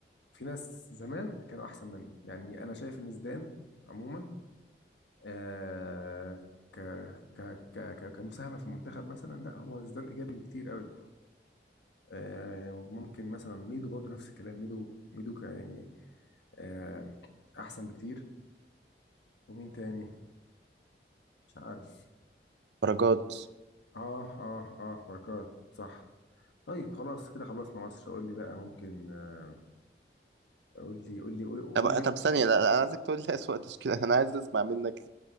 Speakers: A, on the left; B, on the right.
A: في ناس زمان كانوا احسن منه يعني انا شايف ان زيدان عموما آه، ك ك ك ك- كمساهمه في المنتخب مثلا لا هو زيدان ايجابي بكتير قوي آه، وممكن مثلا ميدو برضه نفس الكلام ميدو ميدو ك- يعني آه، احسن بكتير ومين تاني مش عارف
B: درجات
A: اه اه اه بركات صح طيب خلاص كده خلصنا مصر قول لي بقى ممكن آه، قول لي قول لي قول قول
B: طب
A: لي
B: طب ثانية لا لا، انا عايزك تقول لي أسوأ تشكيلة انا عايز اسمع منك